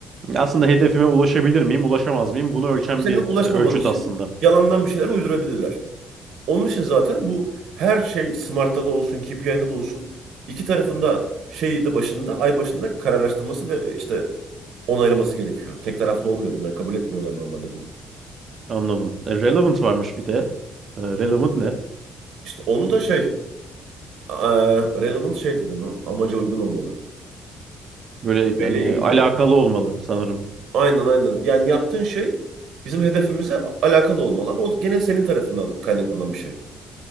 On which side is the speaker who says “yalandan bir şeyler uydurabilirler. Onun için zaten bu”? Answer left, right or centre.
Right